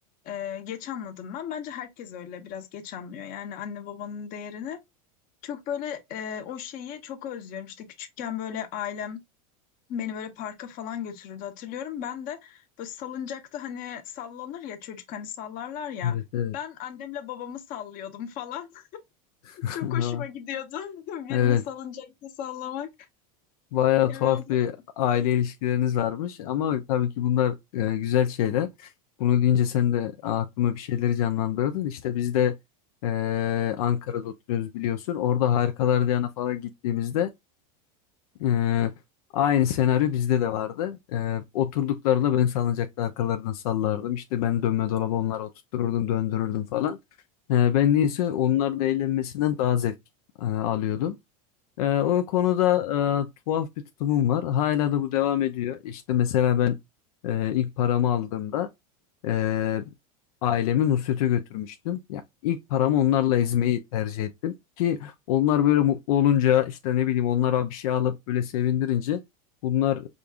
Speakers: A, on the left; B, on the left.
A: E, geç anladım ben. Bence herkes öyle biraz geç anlıyor. Yani anne babanın değerini. Çok böyle e, o şeyi çok özlüyorum. İşte küçükken böyle ailem Beni böyle parka falan götürürdü hatırlıyorum. Ben de böyle salıncakta hani sallanır ya çocuk hani sallarlar ya.
B: Evet, evet.
A: Ben annemle babamı sallıyordum falan. <laughs>
B: <laughs>
A: Çok hoşuma gidiyordu <laughs> birini
B: Evet
A: salıncakta sallamak.
B: Bayağı
A: Yani
B: tuhaf
A: o zaman-
B: bir aile ilişkileriniz varmış ama tabii ki bunlar e, güzel şeyler. Bunu deyince sen de aklıma bir şeyleri canlandırdın. İşte biz de e, Ankara'da oturuyoruz biliyorsun. Orada Harikalar Diyarı'na falan gittiğimizde e, aynı senaryo bizde de vardı. E, oturduklarında ben salıncakta arkalarından sallardım. İşte ben dönme dolabı onlara oturttururdum, döndürürdüm falan. E, ben niyeyse onların eğlenmesinden daha zevk e, alıyordum. Ee, o konuda e, tuhaf bir tutumum var. Hala da bu devam ediyor. İşte mesela ben e, ilk paramı aldığımda e, ailemi Nusret'e götürmüştüm. Ya ilk paramı onlarla ezmeyi tercih ettim ki onlar böyle mutlu olunca işte ne bileyim onlara bir şey alıp böyle sevindirince bunlar